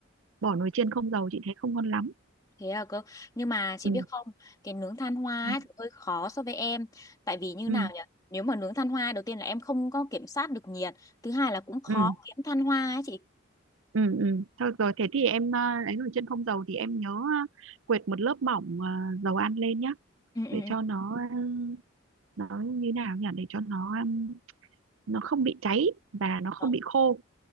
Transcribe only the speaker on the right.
bỏ nồi chiên không dầu chị thấy không ngon lắm
ừ
đấy.
ừ
ừ
ừ ừ thôi rồi thế thì em ờ, ấy nồi chiên không dầu thì em nhớ ờ, quệt một lớp mỏng ờ, dầu ăn lên nhá
để cho
nó ờ, nó như nào nhỉ để cho nó ờ, nó không bị cháy và nó không
bị khô